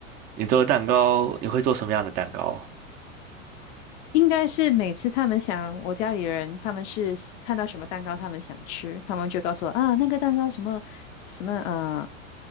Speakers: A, on the right (about 25°); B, on the left (about 60°).
A: 你做蛋糕，你会做什么样的蛋糕？
B: 应该是每次他们想，我家里人他们是喜看到什么蛋糕他们想吃，他们就告诉我啊，那个蛋糕什么什么啊，